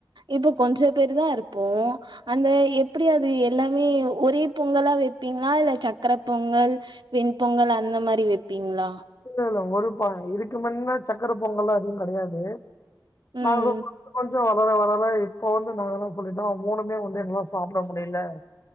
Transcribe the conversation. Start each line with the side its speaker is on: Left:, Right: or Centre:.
Right: இப்ப கொஞ்சம் பேரு தான் இருப்போம் அந்த எப்படி அது எல்லாமே ஒரே பொங்கலா வெப்பீங்களா இல்ல சக்கர பொங்கல் வெண்பொங்கல் அந்த மாதிரி வெப்பீங்களா
Left: இல்ல, இல்ல. ஒரு பான இதுக்கு முன்னா சக்கர பொங்கல்ல்லாம் எதுவும் கெடையாது
Right: ம்
Left: நாங்க கொ <inaudible> கொஞ்சம் வளர வளர இப்ப வந்து நா சொல்லிட்டோம் மூணுமே வந்து என்னால சாப்பிட முடியல